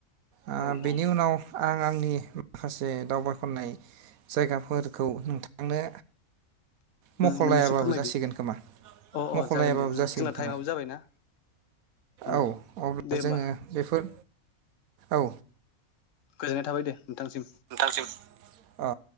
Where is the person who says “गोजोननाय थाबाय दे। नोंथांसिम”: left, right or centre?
Left